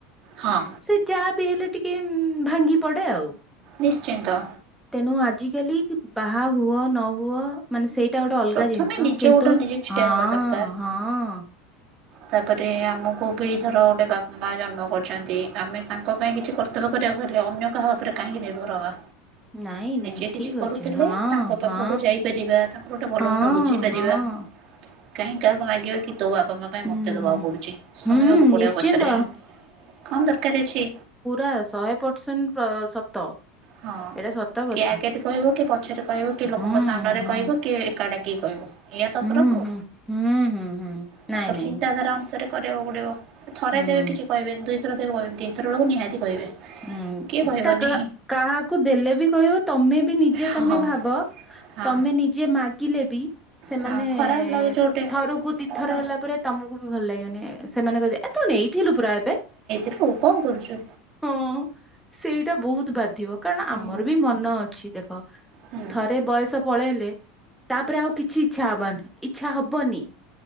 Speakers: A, on the right; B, in the centre.
A: ହଁ
B: ସେ ଯା ବି ହେଲେ ଟିକେ ଉଁ, ଭାଙ୍ଗି ପଡେ ଆଉ।
A: ନିଶ୍ଚିନ୍ତ।
B: ତେଣୁ ଆଜିକାଲି ବାହା ହୁଅ ନ ହୁଅ ମାନେ ସେଇ ଏଟା ଗୋଟେ ଅଲଗା
A: ପ୍ରଥମେ
B: ଜିନିଷ
A: ନିଜ
B: କିନ୍ତୁ,
A: ଗୋଡ଼ରେ ନିଜେ ଛିଡ଼ା
B: ହଁ,
A: ହେବା ଦରକାର।
B: ହଁ
A: ତାପରେ ଆମକୁ ବି ଧର ଗୋଟେ ବା ମା ଜନ୍ମ କରିଛନ୍ତି। ଆମେ ତାଙ୍କ ପାଇଁ କିଛି କର୍ତ୍ତବ୍ୟ କରିବାକୁ ହେଲେ ଅନ୍ୟ କାହା ଉପରେ କାହିଁକି ନିର୍ଭର ହବା।
B: ନାଇଁ
A: ନିଜେ
B: ନାଇଁ ଠିକ
A: କିଛି କରୁଥିଲେ
B: ଅଛି ହଁ
A: ତାଙ୍କ ପାଖକୁ
B: ହଁ
A: ଯାଇପାରିବା। ତାଙ୍କ ଗୋଟେ ଭଲ
B: ହଁ
A: ମନ୍ଦ ବୁଝିପାରିବା।
B: ହଁ।
A: କାହିଁ କାହାକୁ ମାଗିବା କି ତୋ ବା ମୋ ପାଇଁ
B: ହୁଁ
A: ମତେ ଦବାକୁ ପଡୁଛି ଶୁଣିବାକୁ
B: ହୁଁ
A: ପଡିବା
B: ନିଶ୍ଚିନ୍ତ
A: ପଛରେ କଣ ଦରକାର ଅଛି।
B: ତା ଶହେ ପରସେଣ୍ଟ ପ ସତ।
A: ହଁ
B: ଏଇଟା ସତ କଥା
A: କିଏ ଆଗରେ କହିବ। କିଏ ପଛରେ କହିବ। କିଏ ଲୋକଙ୍କ
B: ହୁଁ
A: ସାମ୍ନାରେ
B: ହୁଁ।
A: କହିବ। କିଏ ଏକା ଡାକିକି କହିବ ଏୟା ତ
B: ହୁଁ
A: ଫରକ୍।
B: ହୁଁ ହୁଁ ହୁଁ ହୁଁ
A: ତାଙ୍କର
B: ନାଇଁ ନାଇଁ
A: ଚିନ୍ତାଧାରା ଅନୁସାରେ କରିବାକୁ ପଡ଼ିବ। ଥରେ
B: ହୁଁ।
A: ଦେବେ କିଛି କହିବେନି। ଦୁଇଥର ଦେବେ କହିବେନି। ତିନିଥର ବେଳକୁ ନିହାତି କହିବେ।
B: ଉଁ,
A: କିଏ କହିବନି।
B: ତା କା କାହାକୁ ଦେଲେ ବି କହିବ। ତୋମେ ବି ନିଜେ
A: ହଁ
B: ତୋମେ ଭାବ
A: ହଁ
B: ତୋମେ ନିଜେ ମା କିଲେ ବି ସେମାନେ
A: ହଁ ଖରାପ ଲାଗୁଛି ଗୋଟେ
B: ଥରକୁ ଦିଥର
A: କଣଟା।
B: ହେଲା ପରେ ତୋମକୁ ବି ଭଲ ଲାଗିବନି। ସେମାନେ କହିଦେବେ ଏ ତୁ ନେଇଥିଲୁ ପୁରା ଏବେ।
A: ହଉ, କଣ କରୁଚୁ?
B: ହଁ ସେଇଟା ବହୁତ ବାଧିବ କାରଣ
A: ହୁଁ
B: ଆମର ବି ମନ ଅଛି ଦେଖ
A: ହୁଁ
B: ଥରେ ବୟସ ପଳେଇଲେ ତାପରେ ଆଉ କିଛି ଇଛା ହବନି ଇଚ୍ଛା ହବନି।